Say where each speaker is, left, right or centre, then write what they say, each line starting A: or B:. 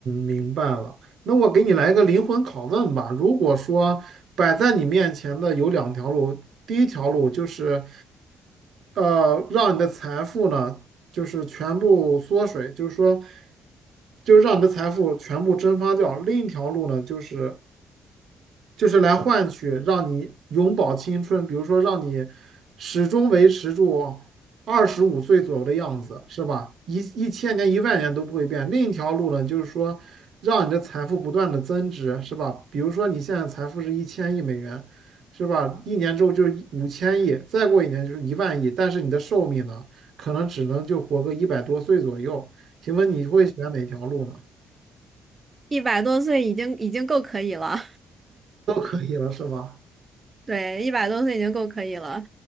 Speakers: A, on the right (about 65°); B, on the right (about 30°).
A: 明白了。那我给你来一个灵魂拷问吧。如果说摆在你面前的有两条路，第一条路就是，呃，让你的财富呢，就是全部缩水，就是说，就让你的财富全部蒸发掉；另一条路呢，就是就是来换取让你永葆青春，比如说让你始终维持住二十五岁左右的样子，是吧？一一千年、一万年都不会变。另一条路呢，就是说让你的财富不断的增值，是吧？比如说你现在财富是一千亿美元，是吧？一年之后就是五千亿，再过一年就是一万亿，但是你的寿命呢，可能只能就活个一百多岁左右。请问你会选哪条路呢？
B: 一百多岁已经已经够可以了，
A: 都可以了，是吧？
B: <laughs> 对，一百多岁已经够可以了。